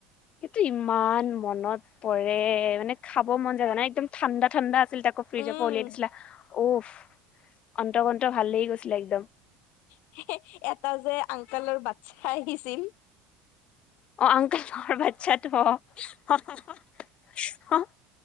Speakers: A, on the left; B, on the left.
A: সেটো ইমান মনত পৰে মানে খাব মন যায় মানে একদম ঠাণ্ডাত ঠাণ্ডা আছিল তাকো ফ্ৰিজ
B: উম
A: পা উলিয়াই দিছিলা, উফ অন্ত কন্ত ভাল লাগি গৈছিলে একদম।
B: <unintelligible> এটা যে আংকালৰ বাটচ্চা আহিছিল
A: অ', আংকলৰ বাটচ্চাটো অ'। <unintelligible> অ',